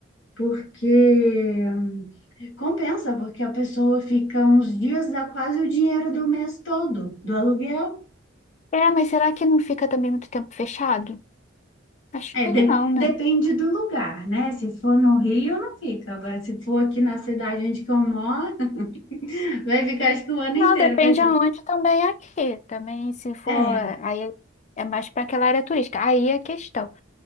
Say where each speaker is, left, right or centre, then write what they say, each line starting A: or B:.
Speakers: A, on the left; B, on the left.
A: Porque hum, compensa, porque a pessoa fica uns dias, dá quase o dinheiro do mês todo do aluguel.
B: É, mas será que não fica também muito tempo fechado? Acho
A: É,
B: que
A: de-
B: não, né?
A: depende do lugar, né? Se for no Rio, não fica. Agora, se for aqui na cidade onde que eu moro, <laughs> vai ficar acho que o ano inteiro,
B: Não, depende
A: vai ser.
B: aonde também é aqui. Também se for,
A: É,
B: aí é mais para aquela área turística. Aí é a questão.